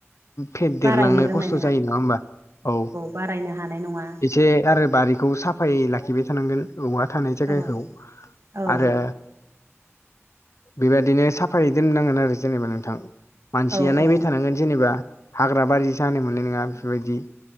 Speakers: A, on the left; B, on the right.
A: फेद
B: बारायनो
A: देरलांनो
B: रोंनाय
A: खस्थ' जायो नङा होमबा औ।
B: बारायनो हानाय नङा
A: एसे आरो बारिखौ साफायै लाखिबाय थानांगोन औवा थानाय जायगाखौ
B: औ औ
A: आरो बेबादिनो साफायै दोननांगोन आरो जेनेबा नोंथां मानसिया
B: औ
A: नायबाय
B: औ
A: थानांगोन जेनेबा हाग्रा बारि जानो मोननाय नङा बेफोरबायदि